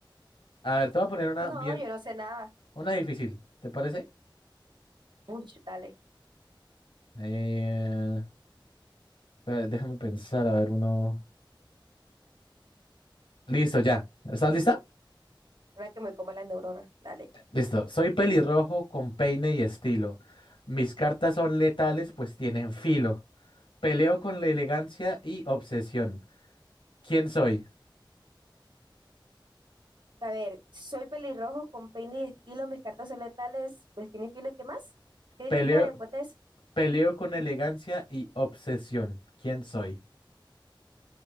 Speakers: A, on the left; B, on the right.
A: A ver, te voy a poner una
B: No,
A: bien,
B: yo no sé nada.
A: una difícil, ¿te parece?
B: Uy, dale.
A: Eh, espera, déjame pensar, a ver, uno. Listo, ya. ¿Estás lista?
B: Una que me coma las neuronas. Dale.
A: Listo. Soy pelirrojo con peine y estilo. Mis cartas son letales, pues tienen filo. Peleo con la elegancia y obsesión. ¿Quién soy?
B: A ver, soy pelirrojo con peine y estilo, mis cartas son letales, destino infiel, ¿y ¿qué más? ¿Qué dijiste
A: Peleo,
B: después de eso?
A: peleo con elegancia y obsesión. ¿Quién soy?